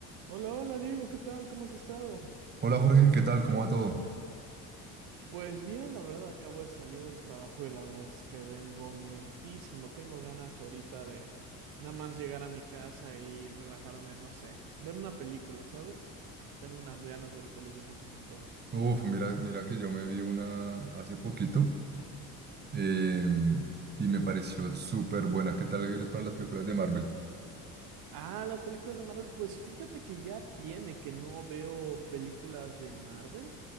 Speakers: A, on the right; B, on the right.
A: Hola, hola Diego, ¿qué tal? ¿Cómo has estado?
B: Hola Jorge, ¿qué tal? ¿Cómo va todo?
A: Pues bien, la verdad, acabo de salir del trabajo y la verdad es que vengo muertísimo. Tengo ganas ahorita de nada más llegar a mi casa y relajarme, no sé, ver una película, ¿sabes? Tengo unas ganas de ver pelis desde hace un montón.
B: Uf, mira, mira que yo me vi una hace poquito eh, y me pareció súper buena. ¿Qué tal eres para las películas de Marvel?
A: Ah, las películas de Marvel. Pues fíjate que ya tiene que no veo películas de Marvel,